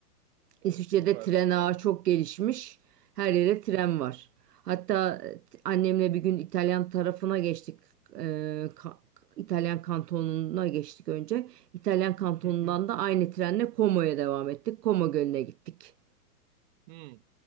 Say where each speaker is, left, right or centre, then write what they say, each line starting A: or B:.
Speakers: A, on the right (about 40°); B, on the right (about 80°).
A: O
B: İsviçre'de
A: süper
B: tren
A: süper.
B: ağı çok gelişmiş. Her yere tren var. Hatta e, annemle bir gün İtalyan tarafına geçtik. E, ka- İtalyan kantonuna geçtik önce. İtalyan kantonundan
A: Hı hı.
B: da aynı trenle Como'ya devam ettik. Como Gölü'ne gittik.
A: Hmm.